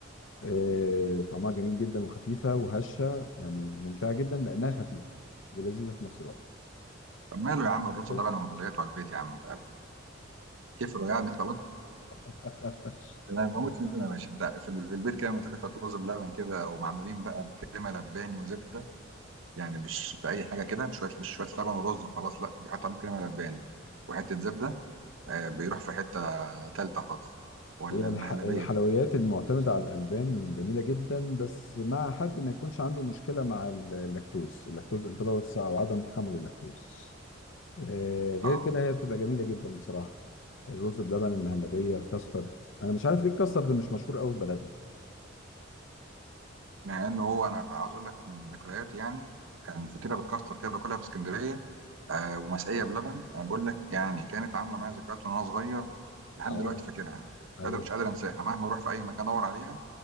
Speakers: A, on the left; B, on the right.
A: آه، طعمها جميل جدا وخفيفه وهشه يعني ممتعه جدا لانها خفيفه ولذيذه في نفس الوقت
B: طب ماله يا عم الرز
A: بس
B: بلبن ومحليات وعلى البيت يا عم كيف يعني خلاص
A: <laughs>
B: انا بموت فيهم يا باشا بتاع في ال- في البيت كده منتجة رز بلبن كده ومعمولين بقى بكريمه لباني وزبده يعني مش باي حاجه كده مش شويه مش شويه لبن ورز وخلاص لا بيحط عليهم كريمه لباني وحته زبده آه بيروح في حته تالته خالص ولا
A: هي
B: المهلبيه
A: الح... الحلويات المعتمدة على الألبان جميلة جدا بس مع حد ما يكونش عنده مشكلة مع ال- اللاكتوز اللاكتوز انتولرانس أو عدم تحمل اللاكتوز آه غير
B: اه
A: كده هي بتبقى جميلة جدا بصراحة الرز بلبن المهلبية الكاسترد أنا مش عارف ليه الكاسترد مش مشهور قوي في بلدنا
B: مع ان هو انا عاوز اقول لك من ذكرياتي يعني كان فطيره بالكاستر كده باكلها في اسكندريه آه ومسقيه بلبن آه بقول لك يعني كانت عامله معايا ذكريات وانا صغير لحد
A: اه
B: دلوقتي فاكرها
A: ايوه
B: مش قادر مش قادر انساها مهما اروح في اي مكان ادور عليها